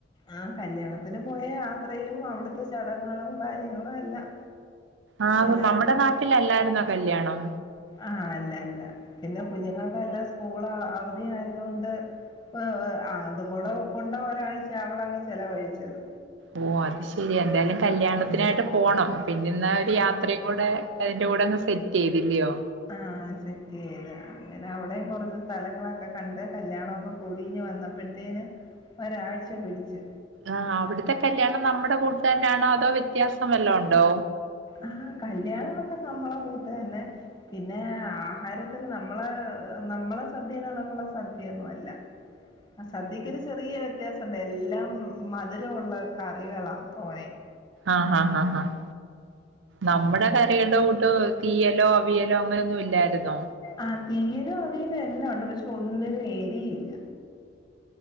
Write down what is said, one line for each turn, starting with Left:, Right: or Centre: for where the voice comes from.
Left: ആ കല്യാണത്തിന് പോയ യാത്ര ചെയ്യണം അവിടെത്ത ചടങ്ങുകളും കാര്യങ്ങളും എല്ലാം
Right: ആഹ്
Left: പിന്നെ
Right: നമ്മുടെ നാട്ടിലല്ലായിരുന്നോ കല്യാണം
Left: ആഹ് അല്ല അല്ല പിന്നെ കുഞ്ഞുങ്ങൾക്കല്ല സ്കൂൾ അവധിയാ ത് കൊ വ് ആ അതും കൂടെ കൊണ്ടവാ നായിഴ്ച <unintelligible> അവിടെ അങ്ങ് ചെിലവഴിച്ചത്
Right: ഓ അത് ശെരി എന്തായാലും കല്യാണത്തിനായിട്ട്
Left: ഉം
Right: പോണം പിന്നെന്നാ ഒരു യാത്രയും കൂടെ അതിന്റെ കൂടെ അങ്ങ് സെറ്റ് ചെയ്തില്ലയോ
Left: ആ ആ സെറ്റ് വേ അങ്ങനെ അവിടെ കുറച്ച് സ്ഥലങ്ങളൊക്കെ കണ്ട് കല്യാണ ഒക്കെ കൂടിഞ്ഞ് വന്ന അടുത്തേന് ഒരാഴ്ച പിടിച്ച്
Right: ആഹ് അവിടുത്തെ കല്യാണം നമ്മുടെ കൂട്ട് തന്നാണോ അതോ വ്യത്യാസം വല്ലോം ഉണ്ടോ
Left: ആഹ് കല്യാണമൊക്കെ നമ്മളെ കൂ തന്നേ പിന്നെ ആഹാര തന്നെ നമ്മളെ നമ്മളെ സദ്യയിതാണ് ക്കുള്ള സദ്യയൊന്നും അല്ല ആ സദ്യക്കൊരു ചെറിയ വ്യത്യാസം ഉണ്ട് എല്ലാം മധുരമുള്ള കറികള തോനെ
Right: ആഹ് ആഹ് ആഹ് ആഹ് നമ്മുടെ കറികളുടെ കൂട്ട് തീയലോ അവിയലോ അങ്ങനൊന്നും ഇല്ലായിരുന്നോ
Left: ആ തീയിലും അവീലും എല്ലാം ഉണ്ട് പക്ഷെ ഒന്നിനും എരിയില്ല